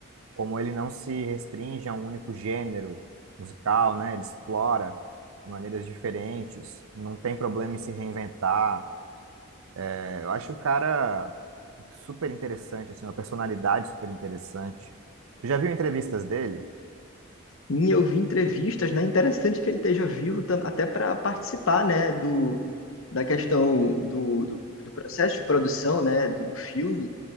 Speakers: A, on the right (about 80°); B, on the left (about 70°).
A: como ele não se restringe a um único gênero musical, né, ele explora de maneiras diferentes, não tem problema em se reinventar. É, eu acho o cara super interessante, assim, uma personalidade super interessante. Tu já viu entrevistas dele?
B: E eu vi entrevistas, né? Interessante que ele esteja vivo tam- até para participar, né, do, da questão do, do, do processo de produção, né, do, do filme.